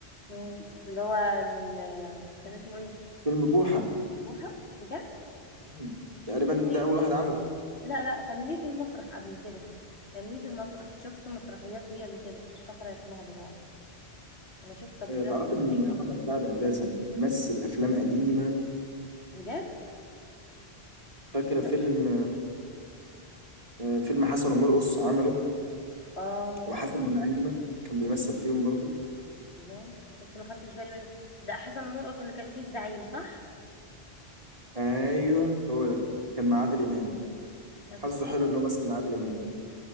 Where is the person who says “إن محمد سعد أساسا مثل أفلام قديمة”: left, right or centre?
Right